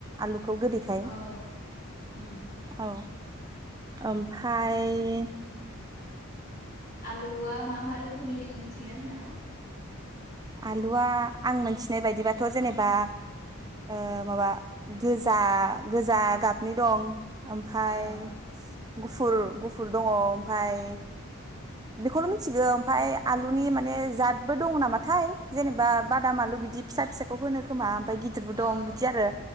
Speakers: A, on the right; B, on the left.
A: आलु खौ गोदैखाय
B: औ उम
A: औ ओमफ्रा फाय
B: आल लुआ मा मा रोखोमनि दोङो मिथिगोन ना नोंथाङा?
A: आलुआ आं मोनथिनाय बायदिबाथ जेनेबा ओ माबा गोजा गोजा गाबनि दं ओमफाय
B: अ
A: गुफुर गुफुर दङ ओमफाय बेखौल मिथिगौ ओमफाय आलुनि माने जादबो दङ नामा थाय जेनेबा बादाम आलु बिदि फिसा फिसाखौ होनो खोमा ओमफाय गिदिरबो दं
B: औ
A: बिदि आरो